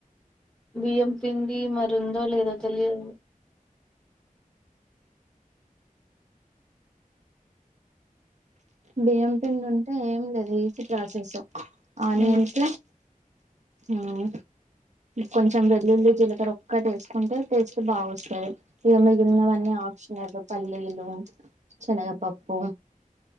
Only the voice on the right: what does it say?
బియ్యం పిండి ఉంటే ఏందది ప్రాసెసు ఆనియన్స్
మ్మ్ కొంచం వెల్లుల్లి, జీలకర్ర ఒక్కటేస్కుంటే టేస్ట్ బాగా వస్తది. ఇగ మిగిలినవన్నీ
ఆప్షనల్ పల్లీలు శనగ పప్పు